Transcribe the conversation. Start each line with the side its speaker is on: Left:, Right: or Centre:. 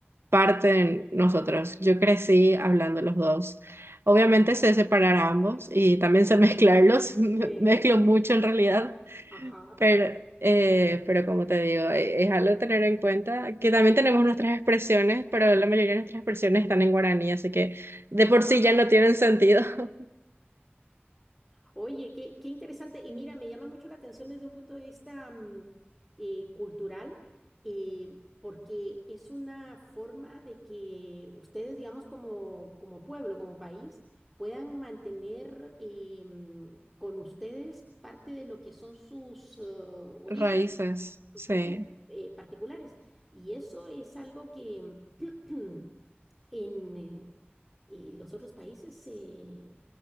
Right: parte de nosotros. Yo crecí hablando los dos. Obviamente sé separar ambos y también sé mezclarlos, <laughs> me-
Centre: Eh,
Right: mezclo mucho en realidad,
Centre: Ajá.
Right: pero, eh, pero como te digo, e- es algo a tener en cuenta, que también tenemos nuestras expresiones, pero la mayoría de nuestras expresiones están en guaraní, así que de por
Centre: Ah,
Right: sí ya no tienen sentido. <laughs>
Centre: Oye, qué, qué interesante. Y mira, me llama mucho la atención desde un punto de vista mm, eh, cultural, eh, porque es una forma de que ustedes, digamos, como, como pueblo, como país, puedan mantener eh, mm, con ustedes parte de lo que son sus eh, orígenes,
Right: Raíces,
Centre: sus
Right: sí.
Centre: cosas eh, particulares. Y eso es algo que <clears throat> En eh, eh, los otros países se eh,